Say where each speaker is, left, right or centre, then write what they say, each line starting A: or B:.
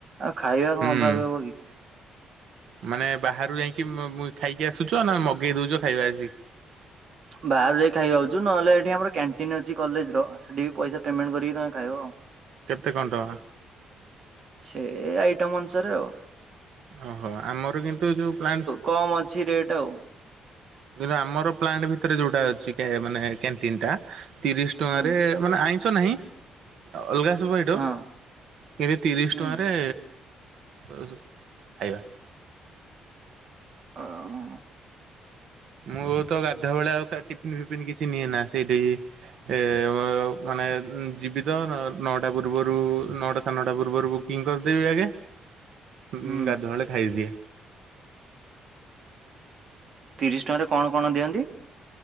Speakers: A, on the right (about 45°); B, on the right (about 70°).
A: ଆଉ ଖାଇବା କଣ
B: ହୁଁ।
A: ଅଭାବ ହବ କି?
B: ମାନେ ବାହାରୁ ଯାଇକି ଖାଇକି ଆସୁଛ ନା ମଗେଇ ଦଉଛ ଖାଇବା ଆସିକି?
A: ବାହାରେ ଯାଇ ଖାଇକି ଆଉଛୁ ନହେଲେ ଏଠି ଆମର କ୍ୟାଣ୍ଟିନ୍ ଅଛି କଲେଜ ର ସେଠି ପଇସା ପେମେଣ୍ଟ କରିକି ତମେ ଖାଇବ ଆଉ।
B: କେତେ କଣ ଟଙ୍କା?
A: ସେ ଆଇଟମ୍ ଅନୁସାରେ ଆଉ।
B: ଓହୋ ଆମର କିନ୍ତୁ ଯୋଉ ପ୍ଲାଣ୍ଟ
A: କମ୍ ଅଛି ରେଟ୍ ଆଉ।
B: କିୁ ଆମର ପ୍ଲାଣ୍ଟ ଭିତରେ ଯୋଉଟା ଅଛି ମାନେ କ୍ୟାଣ୍ଟିନଟା ତିରିଶ ଟଙ୍କାରେ
A: ହୁଁ
B: ମାନେ ଆଇଁସ ନାହିଁ। ଅଲଗା ସବୁ ଏଠୁ
A: ହଁ
B: କେବେ ତିରିଶ
A: ହୁଁ
B: ଟଙ୍କାରେ? ଖାଇବା।
A: ଓହୋ।
B: ମୁଁ ତ ଗାଧା ବଳିଆ ଆଉ ଟିଫିନ ଫିଫିନ କିଛି ନିଏ ନା ସେଇଠିି ଏ ମାନେ ଜୀବିତ ନଅଟା ପୂର୍ବରୁ ନଅଟା ସାଢ଼େ ନଅଟା ପୂର୍ବରୁ ବୁକିଂ କରିଦେବି ଆଜ୍ଞା। ହୁଁ
A: ହୁଁ
B: ଗାଧୁଆ ବେଳେ ଖାଇଦିଏ।
A: ତିରିଶ ଟଙ୍କାରେ କଣ କଣ ଦିଅନ୍ତି?